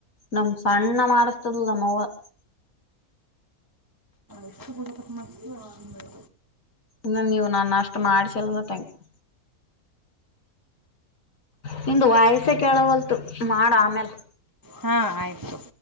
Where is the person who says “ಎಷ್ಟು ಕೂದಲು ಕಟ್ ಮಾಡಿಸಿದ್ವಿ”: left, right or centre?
Right